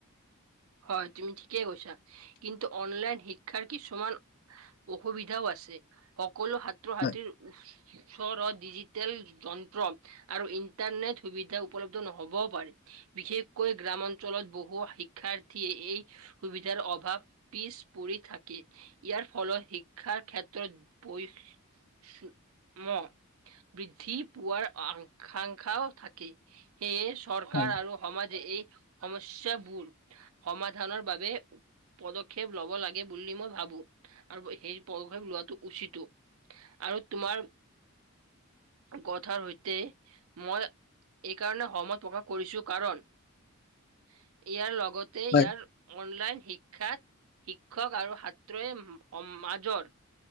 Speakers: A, on the right; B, on the left.
A: হয় তুমি ঠিকেই কৈছা, কিন্তু অনলাইন শিক্ষাৰ কি সমান অসুবিধাও আছে। সকলো সাত্ৰ হাত্ৰীৰ
B: হয়
A: ওচৰত ডিজিত তেল যন্ত্ৰ আৰু ইন্টাৰনেট সুবিধা উপলব্ধ নহ'বও পাৰে। বিশেষকৈ গ্ৰাম অঞ্চলত বহু শিক্ষাৰ্থী এই সুবিধাৰ অভাৱ পিছ পৰি থাকে, ইয়াৰ ফলত শিক্ষাৰ ক্ষেত্ৰত বৈ ম বৃদ্ধি পোৱাৰ আকাংক্ষাও থাকে, সেয়ে চৰকাৰ
B: হয়
A: আৰু সমাজে এই সমস্যাবোৰ সমাধানৰ বাবে পদক্ষেপ ল'ব লাগে। গে বুলি মই ভাবো আৰু সেই পদক্ষেপ লোৱাটো উচিতো আৰু তোমাৰ কথাৰ সৈতে মই এইকাৰণে সম প্ৰকাশ কৰিছো, কাৰণ ইয়াৰ লগত তে ইয়াৰ
B: হয়
A: অনলাইন শিক্ষাৰ শিক্ষক আৰু সাত্ৰই সমাজৰ